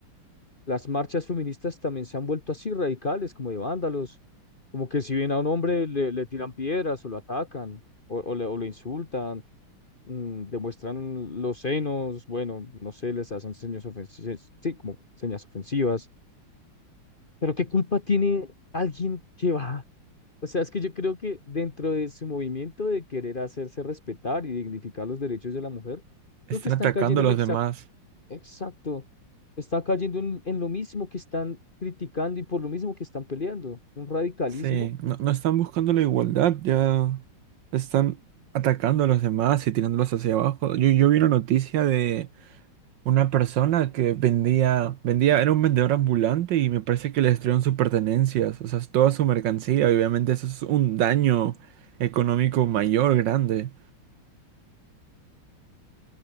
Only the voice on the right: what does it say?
Están
atacando
a
los
demás.
Sí, no, no están buscando
la igualdad, ya están atacando a los demás y tirándolos hacia abajo. Yo, yo vi una noticia de una persona que vendía, vendía, era un vendedor ambulante y me parece que le destruyeron sus pertenencias, o sea, toda su mercancía, y obviamente eso es un daño económico mayor, grande.